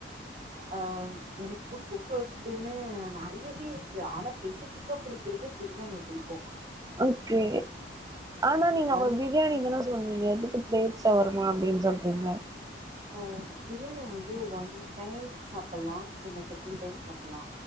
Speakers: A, on the right (about 35°); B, on the right (about 20°).
A: ஆஹ் எனக்கு பிடிச்ச ஃபுட்ன்னு நெறையவே இருக்கு ஆனா பெசிபிக்கா பிடிக்கிறது பிரியாணிய பிடிக்கூ
B: ஓகே ஆனா நீங்க அப்ப
A: ஒன்
B: பிரியாணி தான சொன்னங்க அதுக்கு பிளேட் வருமா அப்டின்னு சொல்றீங்க
A: அ பிரியாணி வந்து ஒன் டைம் சாப்டலா என்ன செகண்ட் டைம் சாப்டலா